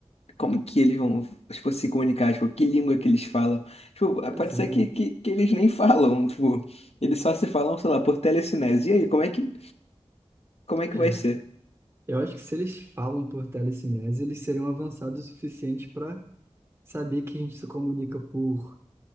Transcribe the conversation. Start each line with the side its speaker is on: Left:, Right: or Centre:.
Left: como que eles vão, tipo, se comunicar, tipo, que língua que eles falam. Tipo,
Right: Pois
Left: pode
Right: é,
Left: ser que, que, que eles nem <laughs> falam, tipo, eles só se falam, sei lá, por telecinese. E aí, como é que, como é que
Right: é.
Left: vai ser?
Right: Eu acho que se eles falam por telecinese, eles seriam avançados o suficiente para saber que a gente se comunica por,